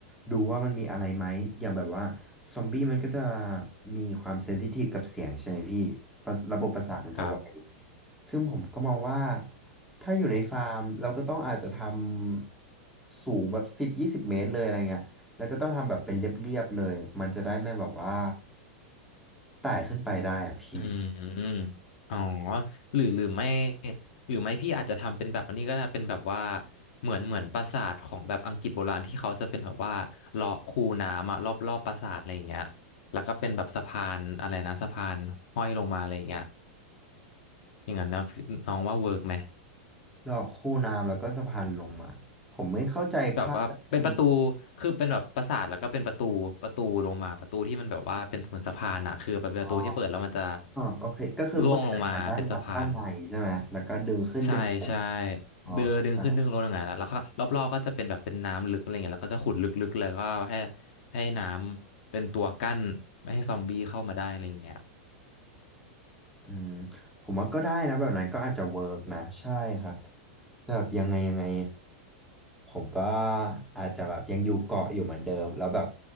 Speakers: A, in the centre; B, on the left.
A: ดูว่ามันมีอะไรไหมอย่างแบบว่าซอมบี้มันก็จะมีความเซนซิทีฟกับเสียงใช่ไหมพี่ประระบบประสาทมันจะไว
B: ครับ
A: ซึ่งผมก็มองว่าถ้าอยู่ในฟาร์มเราก็ต้องอาจจะทำสูงแบบสิบยี่สิบเมตรเลยอะไรเงี้ยแล้วก็ต้องทำแบบเป็นเรียบๆเลยมันจะได้ไม่แบบว่าไต่ขึ้นไปได้อะพี่
B: อืมอ๋อหรือหรือไม่หรือไม่พี่อาจจะทำเป็นแบบอันนี้ก็ได้เป็นแบบว่าเหมือนเหมือนปราสาทของแบบอังกฤษโบราณที่เขาจะเป็นแบบว่าเลาะคูน้ำอะรอบรอบปราสาทอะไรอย่างเงี้ยแล้วก็เป็นแบบสะพานอะไรนะสะพานห้อยลงมาอะไรอย่างเงี้ยอย่างนั้นนะน้องว่าเวิร์กไหม
A: เจาะคูน้ำแล้วก็สะพานลงมาผมไม่เข้าใจภาพแบบว่ามัน
B: แบบว่าเป็นประตูคือเป็นแบบปราสาทแล้วก็เป็นประตูประตูลงมาประตูที่มันแบบว่าเป็นเหมือนสะพานอะคือแบบเป็นประตูที่เปิดแล้วมันจะ
A: อ๋อโอเคก็คือเปิดสายพานด้านในด้านในใช่ไหมแล้วก็ดึงขึ้นดึงลง
B: ร่วงลงมาเป็นสะพาน ใช่ใช่
A: อ๋อเข้าใจละ
B: เดินดึงขึ้นดึงลงอย่างเงี้ยแล้วก็รอบๆก็จะเป็นแบบเป็นน้ำลึกอะไรเงี้ยแล้วก็จะขุดลึกๆแล้วก็ให้ให้น้ำเป็นตัวกั้นไม่ให้ซอมบี้เข้ามาได้อะไรอย่างเงี้ย
A: อืมผมว่าก็ได้นะแบบนั้นก็อาจจะเวิร์กนะใช่ครับแต่แบบยังไงยังไงผมก็อาจจะแบบยังอยู่เกาะอยู่เหมือนเดิมแล้วแบบ